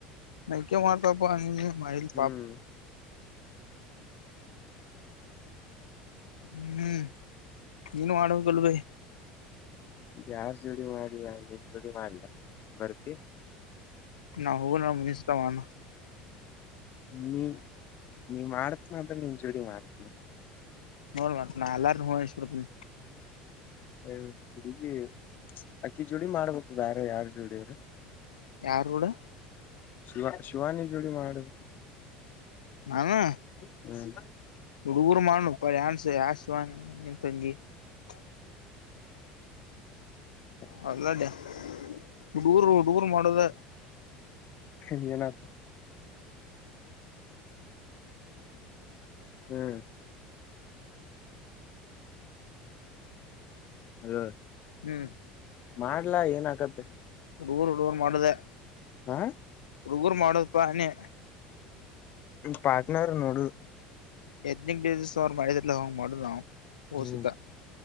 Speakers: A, on the left (about 85°); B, on the left (about 50°).
A: ನ ಮಾಡಾರತಪ್ಪ ಅ <unintelligible> ಮೈಲ್
B: ಹ್ಮ್
A: ಪಾಪ್ ಹ್ಮ್ ನೀನು ಮಾಡಡಬೇಕಬೇಕಲ್ಲ ಭೈ
B: ಯಾರ್ ಜುಡಿ ಮಾಡ್ಲ ನಿನ್ ಜುಡಿ ಮಾಡ್ಲ ಬರ್ತಿ <unintelligible>
A: ನಾ ಹೋಗ ನ ಮುನಿಸ್ತಾನ <unintelligible>
B: ನೀ ನೀ ಮಾಡತ್ನ ಅಂದ್ರೆ ನೀನ್ ಜೋಡಿ ಮಾಡ್ತ್ನ
A: ನೋಡ್ ಮ ನ <unintelligible> ಅಲಾರ ಹಬ <unintelligible>
B: ಹ ಹಗಿ ಅಕ್ಕಿ ಜೋಡಿ ಮಾಡ್ಬೇಕು ಬಾರ ಯಾರ್ ಜೋಡಿವ್ರ
A: ಯಾರಡ <unintelligible>
B: ಶಿವ ಶಿವಾನಿ ಜೋಡಿ ಮಾಡು
A: ನಾನ <unintelligible>
B: ಹ್ಮ್
A: ಇಡು ಊರ ಮಾಡು ಇಪ್ಪ ಯನ್ಸ ಆಸ ಏನು ತಂಗಿ <unintelligible>
B: ಹ <unintelligible>
A: ಹೌಲ್ಲಡ <unintelligible> ಹುಡುಗುರು ಹುಡುಗರು ಮಾಡದ
B: ಹಏನತ್ತ ಹ್ಮ್ ಹ್ಮ
A: ಹ್ಮ್
B: ಮಾಡ್ಲಾ ಏನ ಆಕತ್ತೆ
A: ಹುಡುಗರು ಹುಡುಗರು ಮಾಡುದ
B: ಹ
A: ಹುಡುಗರು ಮಾಡುದಪ್ಪ <unintelligible> ನೀಿ
B: ಪಾರ್ಟ್ನರ್ ನೋಡು
A: ಎದನಿಕ್ ಡಿಸೀ ಅವ್ರ ಮಾಡಲ ಹೋಗಂಗ್ ಮಾಡುದು ನಾವು ಓಸುತ್ತ
B: ಹ್ಮ್